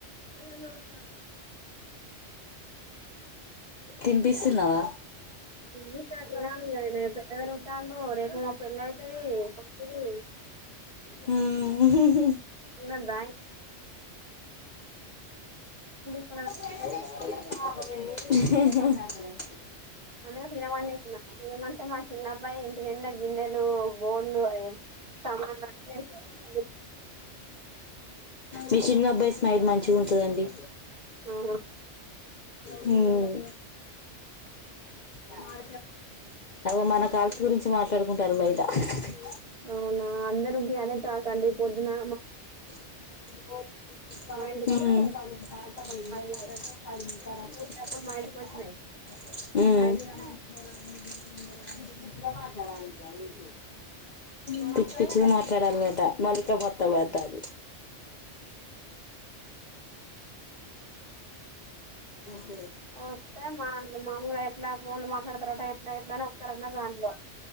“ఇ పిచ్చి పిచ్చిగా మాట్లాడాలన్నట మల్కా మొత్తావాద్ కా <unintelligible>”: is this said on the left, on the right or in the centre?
Left